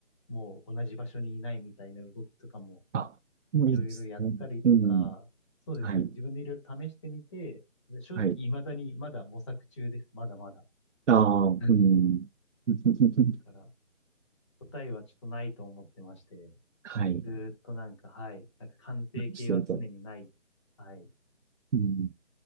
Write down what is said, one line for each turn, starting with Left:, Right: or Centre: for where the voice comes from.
Left: もう同じ場所にいないみたいな動きとかも
Right: あ、もういいですね。
Left: いろいろやったりとか、
Right: うん、
Left: そうです。
Right: はい、
Left: 自分でいろいろ試してみて、正直未だにまだ模索中です。
Right: はい。
Left: まだまだ。
Right: ああ、
Left: <laughs>
Right: うん。<laughs>
Left: だから答えはちょっとないと思ってまして、
Right: はい、
Left: ずーっとなんか、はい、なんか完成形は常にない。
Right: してると。
Left: はい。
Right: うん、